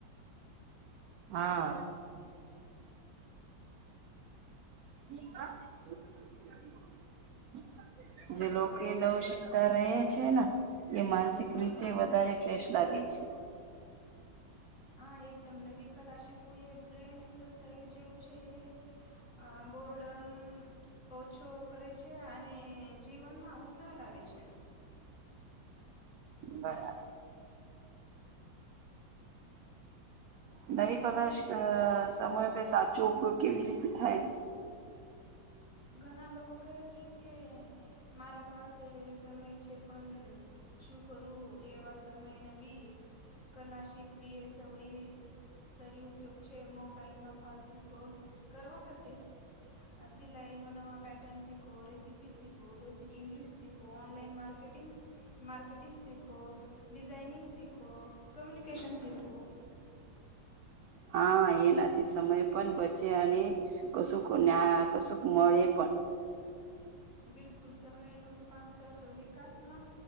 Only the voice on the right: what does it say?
હા <inaudible>
જે લોકો નવ શકતા રહે છે ને એ માનસિક
રીતે વધારે ફ્રેશ લાગે છે
બરા નવી કલાશ સમય ભ સાચો ઉપયોગ કેવી રીતે થાય
હા એનાથી સમય પણ બચે અને કશુંયા કશું મળે પણ